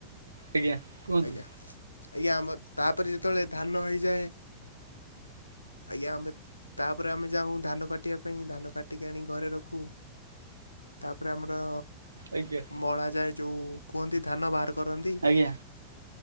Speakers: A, on the right; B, on the left.
A: ଆଜ୍ଞା। କୁହନ୍ତୁ
B: ଆଜ୍ଞା ଆଜ୍ଞା ଆମ ତାପରେ ଯେତେବେଳେ ଧାନ ହୋଇଇଯାଏ। ଆଜ୍ଞା ଆମେ ତାପରେ ଆମେ ଯାଉ ଧାନ କାଟି କଟିବା ପାଇଁ ଧାନ କାଟିକି ଆଣି ଘରେ ରଖୁ ତାପରେ ଆମର।
A: ଆଜ୍ଞା
B: ମଳା ଯାଏ ଯୋଉ କୁହନ୍ତି ଧାନ ବାହାର କରନ୍ତି।
A: ଆଜ୍ଞା।